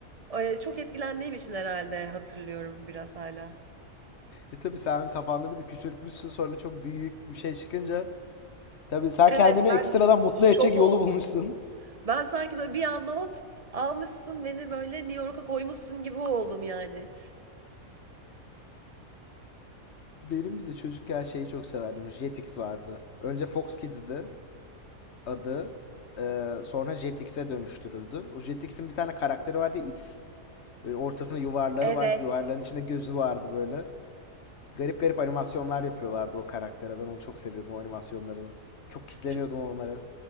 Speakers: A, on the right; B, on the left.
A: Ee, Çok etkilendiğim için herhalde hatırlıyorum biraz hala.
B: E tabii sen kafanda bir de küçültmüşsün sonra çok büyük bir şey çıkınca. tabi sen
A: Evet
B: kendini
A: ben
B: ekstradan mutlu
A: şok
B: edecek
A: oldum.
B: yolu bulmuşsun.
A: Ben sanki böyle bir anda hop almışsın beni böyle New York'a koymuşsun gibi oldum yani.
B: Benim bir de çocukken şeyi çok severdim. Jetix vardı. Önce Fox Kids'di. adı e, sonra Jetix'e dönüştürüldü. O Jetix'in bir tane karakteri vardı X. Böyle ortasında yuvarlağı
A: Evet.
B: var. Yuvarlağın içinde gözü vardı böyle. Garip garip animasyonlar yapıyorlardı o karaktere. Ben onu çok seviyordum o animasyonları. Çok kitleniyordum
A: Çok,
B: onlara.